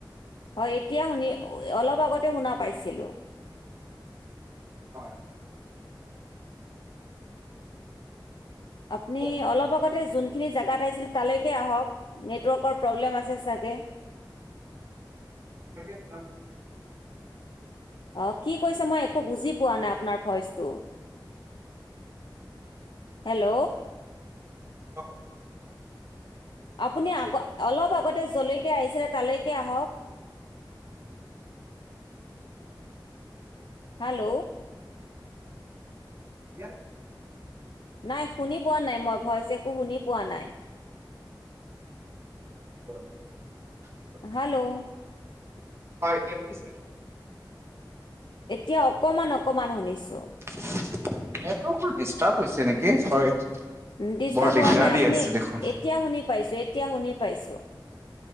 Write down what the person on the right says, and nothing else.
হয়।
কওক,
<inaudible>
হয়।
<inaudible>
<inaudible>
হয়, এতিয়া শুনিছে?
নেটৱৰ্কটো ডিষ্টাৰ্ব হৈছে নেকি? হয়।
বৰ দিগদাৰ
দি
আছে দেখোন